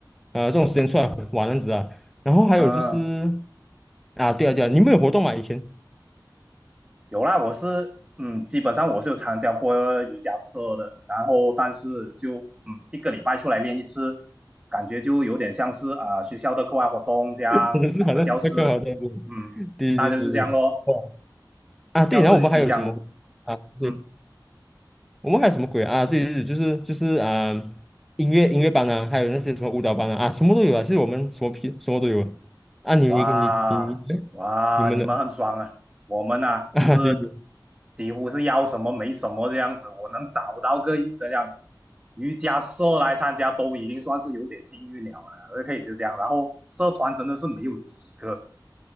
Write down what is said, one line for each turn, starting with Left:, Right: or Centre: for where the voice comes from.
Centre: 呃这种时间出来玩这样子啊，然后还有就是
Right: 啊。
Centre: 啊对啊对啊，你们有活动吗以前？
Right: 有啦，我是嗯，基本上我是有参加过瑜伽社的，然后但是就嗯，一个礼拜出来练一次，感觉就有点像是啊、呃学校的课外活动这样，
Centre: 真的是好像是在干嘛这样子
Right: 找个教室，嗯，
Centre: 对对对对，
Right: 大概就是这样咯。
Centre: 哦啊对，
Right: 要是你讲
Centre: 然后我们还有什么啊？对，
Right: 嗯
Centre: 我们还有什么鬼啊？啊对对对，就是就是啊、呃音乐音乐班啊，还有那些什么舞蹈班啊，啊，什么都有啊。其实我们什么屁什么都有啊。啊你你你你你
Right: 哇哇，
Centre: 你们的
Right: 你们很爽啊！我们啊，
Centre: <laughs> 啊，
Right: 就是
Centre: 对对
Right: 几乎是要什么没什么这样子。我能找到个这样瑜伽社来参加，都已经算是有点幸运了了，可以就这样。然后社团真的是没有几个，